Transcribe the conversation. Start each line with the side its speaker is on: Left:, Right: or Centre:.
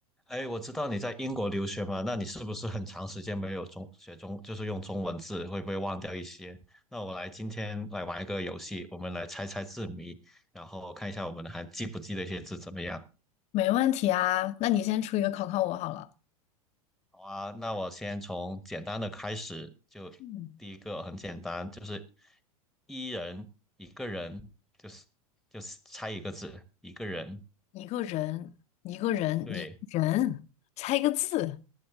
Centre: 哎，我知道你在英国留学嘛，那你是不是很长时间没有中学中，就是用中文字，会不会忘掉一些？那我来今天来玩一个游戏，我们来猜猜字谜，然后看一下我们还记不记得一些字怎么样？
Left: 没问题啊，那你先出一个考考我好了。
Centre: 好啊，那我先从简单的开始，就第一个很简单，
Left: 嗯，
Centre: 就是一人一个人，就是就是猜一个字，一个人，
Left: 一个人，一个人，
Centre: 对
Left: 一个人，猜一个字，